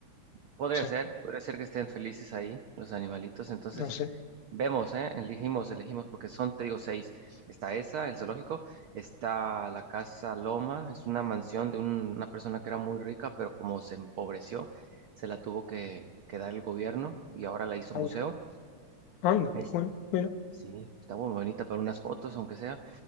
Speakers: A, on the left; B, on the right.
A: No
B: Podría
A: sé,
B: ser. Podría ser que estén felices ahí, los animalitos. Entonces,
A: no sé.
B: vemos, ¿eh? Elegimos, elegimos, porque son, te digo, seis. Está esa, el zoológico. Está la Casa Loma. Es una mansión de un- una persona que era muy rica, pero como se empobreció, se la tuvo que, que dar el gobierno y ahora la hizo
A: Vaya.
B: museo.
A: Anda,
B: Es-
A: bueno, mira.
B: sí, está muy bonita para unas fotos, aunque sea.